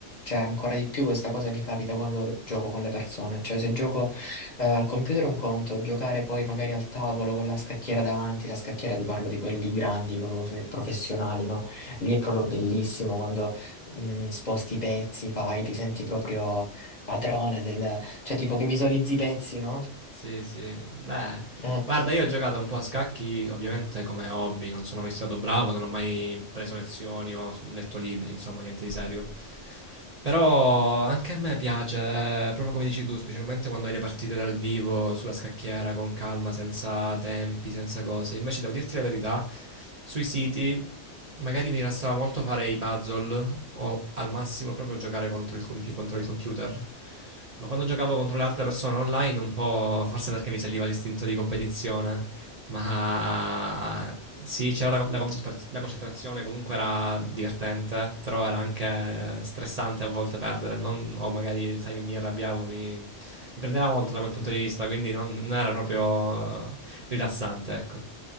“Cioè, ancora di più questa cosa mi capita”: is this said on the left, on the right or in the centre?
Left